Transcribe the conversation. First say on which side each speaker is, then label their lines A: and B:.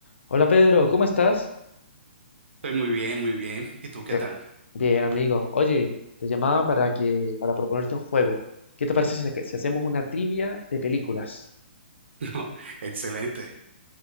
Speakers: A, on the left; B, on the right.
A: Hola Pedro, ¿cómo estás?
B: Estoy muy bien, muy bien. ¿Y tú qué
A: ¿Qué?
B: tal?
A: Bien, amigo. Oye, te llamaba para que para proponerte un juego. ¿Qué te parece si, saque- si hacemos una trivia de películas?
B: <laughs> No, excelente.